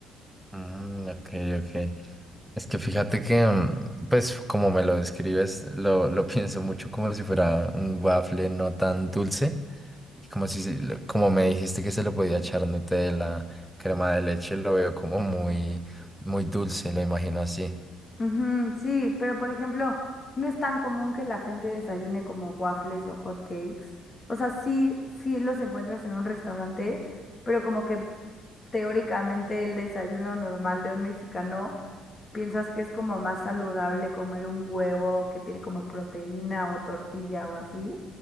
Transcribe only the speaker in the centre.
Mm, ok, ok. Es que fíjate que, mm, pues, como me lo describes, lo, lo <laughs> pienso mucho como si fuera un waffle no tan dulce. Y como si, se- lo- como me dijiste que se le podía echar Nutella, crema de leche, lo veo como muy, muy dulce, lo imagino así.